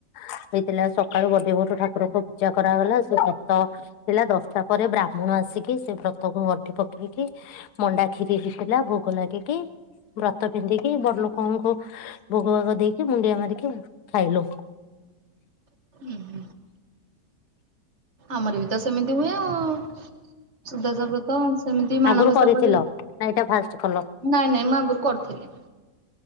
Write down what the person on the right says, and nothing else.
<inaudible> ଆମର୍ ବି ତ ସେମିନ୍ତି ହୁଏ ଆଉ। ସୁଦଶା ବ୍ରତ ସେମିତି ମାଣବସା
କରିବେ।
ନାଇଁ ନାଇଁ, ମୁଁ ଆଗୁରୁ କରିଥିଲି।